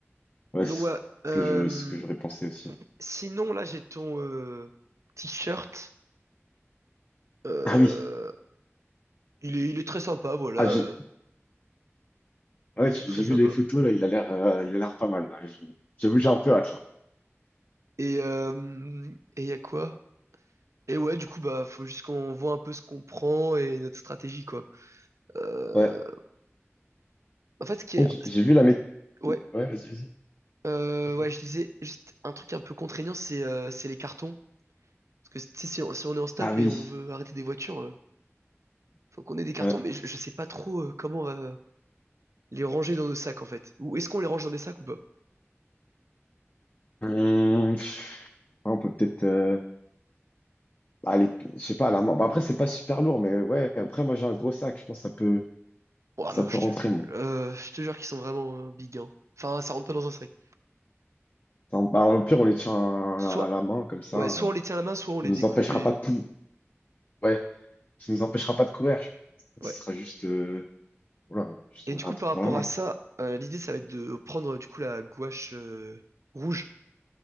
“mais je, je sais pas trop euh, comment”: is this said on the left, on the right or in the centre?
Right